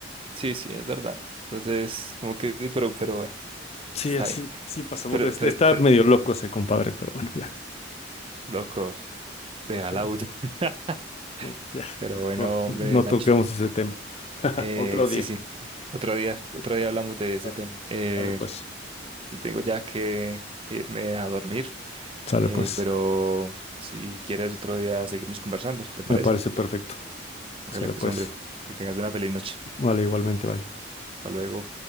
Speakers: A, on the right (about 30°); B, on the left (about 35°).
A: sí, sí, es verdad. Entonces, como que, pero, pero bueno,
B: Sí,
A: está
B: así,
A: bien.
B: sí pasa. puta,
A: Pero,
B: Está,
A: pero,
B: está
A: pero,
B: medio loco ese compadre, pero bueno, ya.
A: loco, deja
B: Sí,
A: la bulla.
B: sí, sí.
A: <laughs>
B: No, ya,
A: Pero
B: mejor
A: bueno,
B: no
A: hombre, Nacho.
B: toquemos ese tema. <laughs>
A: Eh,
B: Otro
A: sí,
B: día.
A: sí. Otro día, otro día hablamos de ese
B: Vale.
A: tema. Eh,
B: Sale pues,
A: yo tengo ya que, que irme a dormir,
B: sale
A: eh,
B: pues.
A: pero si quieres otro día seguimos conversando, ¿te parece?
B: Me parece perfecto.
A: Hágale
B: Sale
A: pues,
B: pues.
A: hombre, que tengas una feliz noche.
B: Vale, igualmente, vaya.
A: Hasta luego.